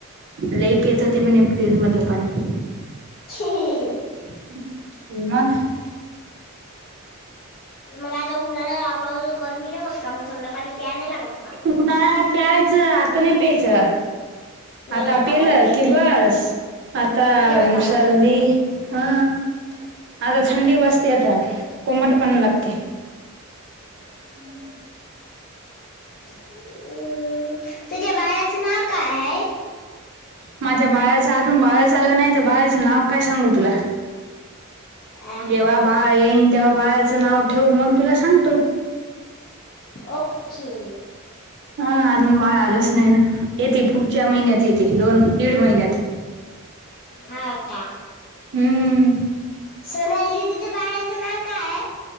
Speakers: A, on the right; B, on the left.
A: लई पेत होती म्हणे फ्रिज मधलं पाणी-
B: हहहह
A: <unintelligible>
B: <inaudible> मग आता उन्हाळा आ गरमी नाही होत का मग थंड पाणी प्या नाही लागत का?
A: उन्हाळ्या ला प्यायच आता नाही प्यायच
B: नाही
A: आता पेल
B: कोण पिते
A: की बस- आता
B: गेलं कामातून
A: सर्दी- हं आता थंडी वाचते आता कोमट पाणी लागते. <inaudible>
B: हम्म, तुझ्या बाळाच नाव काय आहे?
A: माझ्या बाळाचं अजून बाळाच आलं नाही तर बाळाचं नाव काय सांगू तुला.
B: आ,
A: जेव्हा बाळ येईन तेव्हा बाळाचं नाव ठेवू मग. तुला सांगतो.
B: ओके
A: हा अजून बाळ आलंच नाही ना येते पुढच्या महिन्यात येते दोन, दीड महिन्यात.
B: हाव का.
A: हम्म.
B: सोनाली दिदि च्या बाळाचं नाव काय आहे?